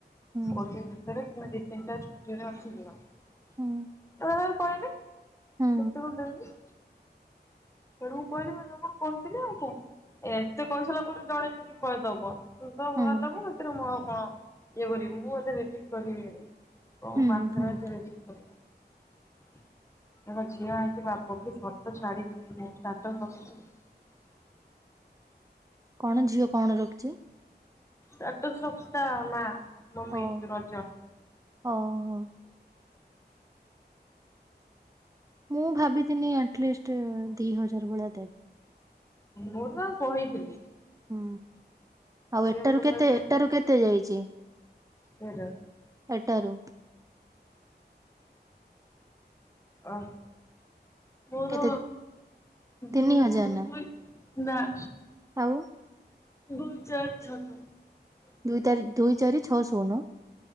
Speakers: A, on the right; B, on the left.
A: ହୁଁ
B: କୋଡିଏ ଦିନ ଭିତରେ ତମେ ଦି ତିନିଟା ଛୁଟିରେ ଅଛି ଦିନ। <unintelligible>
A: ହୁଁ
B: କହିନି
A: ହୁଁ
B: କେତେ ଗୋଟେ ଦେବି। ତେଣୁ କହିଲି <unintelligible> କହିିବି ଆଉ କ ଏତେ କହିସାରିଲା ପରେ ଜଣେ ଯଦି <unintelligible> କି କହିଦବ। ତୁ ତ
A: ହୁଁ
B: ମୁହଁ ଦବୁ, ସେଥିରେ ମୋର ଆଉ କଣ। ଇଏ ବୋଲି ମୁଁ ଏତେ <unintelligible> ଭେଟ କରିବି <unintelligible> ହଁ
A: ହୁଁ
B: <unintelligible> ମାସେ
A: ହୁଁ
B: ମାସରେ ଠିକ୍ କହିଲ ତାଙ୍କ ଝିଅ ଆସି ବାପ କି ଫଟୋ ଛାଡି <unintelligible>
A: କଣ ଝିଅ କଣ ରଖିଛି
B: ଷ୍ଟାଟସ୍ ଫଟୋ ତା ମା। ମମି
A: ଓହୋ
B: ରଜ
A: ହ ହୋ ହଁ ମୁଁ ଭାବଥିଲି ଆଟଲିଷ୍ଟ ଦି ହଜାର ଭଳିଆ ଦେବେ।
B: ମୁଁ ତ କହିଥିଲି
A: ହୁଁ। ଆଉ
B: ସିଏ
A: ଏଟାରୁ
B: ମତେ
A: କେତେ
B: କହିଲେ
A: ଏଟାରୁ
B: ତମେ
A: କେତେ ଯାଇଛି
B: <unintelligible>
A: ଏଟାରୁ
B: ଅ ମୋର
A: କେତେ ତିନି
B: ଯୋଉ
A: ହଜାର
B: <unintelligible>
A: ନା
B: ନା।
A: ଆଉ
B: ଗୁଲଜାଛତୁ <unintelligible>
A: ଦୁଇ ତାରି ଦୁଇ ଚାରି ଛଅ ଶୂନୁ